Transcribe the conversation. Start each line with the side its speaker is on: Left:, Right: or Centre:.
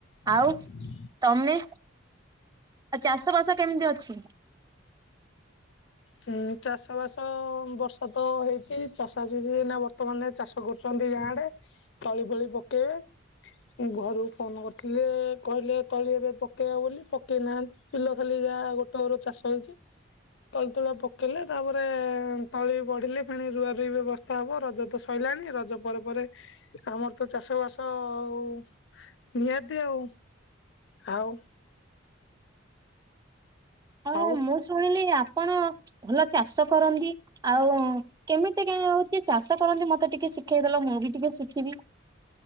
Left: ହୁଁ
Right: ଆଉ ତମେ ଆଉ ଚାଷ ବାସ କେମିତି ଅଛି?
Left: ହୁଁ ଚାଷ ବାସ ବର୍ଷା ତ ହେଇଛି ଚାଷସ ହେଛି ନା ବର୍ତ୍ତମାନ ଚାଷ କରୁ ଛନ୍ତି ଗାଁଆଡେ ତଳି ଫଳି ପକେଇବେ। ଉମ୍ ଘରକୁ ଫୋନ୍ କରିଥିଲି କହିଲେ ତଳି ଏବେ ପକେଇବା ବୋଲି ପକେଇନାହାନ୍ତି। ବିଲ ଖାଲି ଯାହା ଗୋଟେ ଘର ଚାଷ ହେଇଚି। ପତୁଳା ପକେଇଲେ ତାପରେ ତଳି ବଢ଼ିଲେ ପୁଣି ରୁଆରୁଇ ବେବସ୍ଥା ହବ ରଜତ ସଇଲାଣି ରଜ ପରେ ପରେ ଆମର ତ ଚାଷ ବାସ ଆଉ ନିହାତି ଆଉ ଆଉ
Right: ହଁ
Left: ଆଉ
Right: ମୁଁ ଶୁଣିଲି ଆପଣ ଭଲ ଚାଷ କରନ୍ତି। ଆଉ କେମିତି କ ହଉଛି ଚାଷ କରନ୍ତି ମତେ ଟିକେ ଶିଖେଇଦେଲ ମୁଁ ବି ଟିକେ ଶିଖିବି।